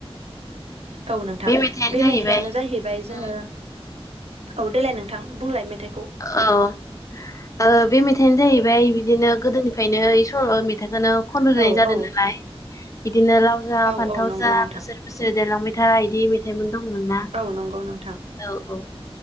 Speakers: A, on the right; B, on the left.
A: औ नोंथां
B: मेथाइयानो
A: बे
B: जाहैबाय
A: मेथाइयानो जाहैबाय जोंङो
B: उम
A: औ देलाय नोंथां बुंलाय मेथाइ!
B: औव बे मेथाइआनो जाहैबाय। ओमफ्राय बिदिनो गोदोनिफ्रायनो बे सल' मेथाइखौनो खननाय
A: औ
B: जादों
A: औ
B: नालाय। बिदिनो लाव जा
A: औ
B: फान्थाव
A: औ नंगौ
B: जा
A: नोंथां
B: बोसोर बोसोर देरलांबाय था मेथाइ इदि मेथाइ थाइमोन। दंमोन ना?
A: औ नंगौ नोंथां
B: औ औ।